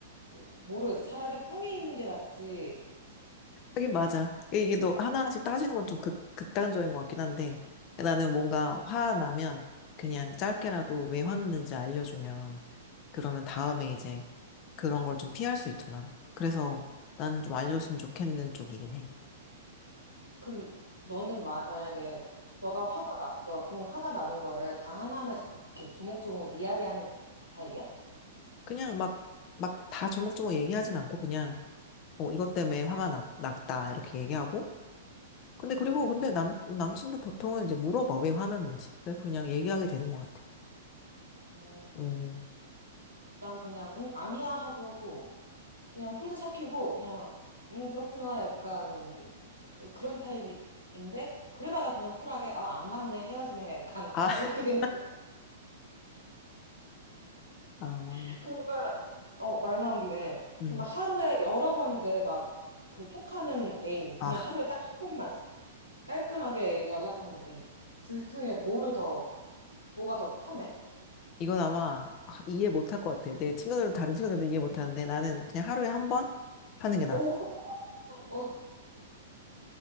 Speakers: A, on the right; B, on the left.
A: 뭐, 모르겠어 차라리 꿍해 있는 게 낫지
B: 하긴 맞아. 이게 너 하나하나씩 따지는 건 좀 극, 극단적인 것 같긴 한데 나는 뭔가 화나면 그냥 짧게라도 왜 화났는지 알려주면 그러면 다음에 이제 그런 걸 좀 피할 수 있잖아. 그래서 나는 좀 알려줬으면 좋겠는 쪽이긴 해.
A: 그럼 너는 마, 만약에 너가 화가 났어. 그럼 화가 나는 거를 다 하나하나씩 이렇게 조목조목 이야기하는 타입이야?
B: 그냥 막, 막 다 조목조목 얘기하진 않고 그냥, 어, 이것 때문에 화가 났, 났다, 이렇게 얘기하고.
A: 음.
B: 근데 그리고 근데 남, 남친도 보통은 이제 물어봐, 왜 화났는지. 그래서 그냥 얘기하게 되는 것 같아.
A: 어,
B: 음.
A: 난 그냥 응 아니야 하고 그냥 혼자 삭히고 그냥 응 그렇구나 약간 그런 타입인데 그러다가 그냥 쿨하게 아안 맞네 헤어지네 약간
B: 아,
A: <laughs> 이렇게
B: <laughs>
A: 되는 거
B: 아,
A: <laughs> 그러면 어 말 나온 김에
B: 음.
A: 그럼 하루에 여러 번 이제 막 그 톡하는 애인 그냥
B: 아,
A: 하루에 딱 한 번만 깔끔하게 연락하는 애 둘 중에 뭐를 더, 뭐가 더 편해?
B: 이건 아마 아, 이해 못할 것 같아. 내 친구들도 다른 친구들도 이해 못하는데 나는 그냥 하루에 한 번 하는 게 나아.
A: 오, 어, <laughs>